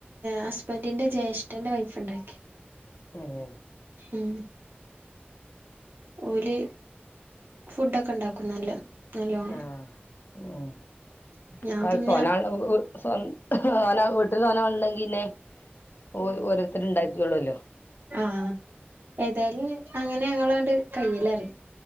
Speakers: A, on the right; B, on the left.
A: ഹസ് ഹബന്റിന്റെ ജ്യേഷ്ഠന്റെ വൈഫ് ഇണ്ടാക്കി
B: ഉം
A: ഉം ഓല് ഫുഡൊക്കെ ഇണ്ടാക്കും നല്ല നല്ലോണം
B: ആഹ് ഉം
A: ഞാൻ
B: പല
A: പിന്നെ
B: തോനാലു സൊൻ സോന വീട്ടിൽ സോന ഇണ്ടെങ്കില് ഓരോരുത്തരും ഇണ്ടാക്കിക്കോളുല്ലോ
A: ആഹ് ഏതായാലും അങ്ങനെ ഞങ്ങള് ത് കയ്യിലേറി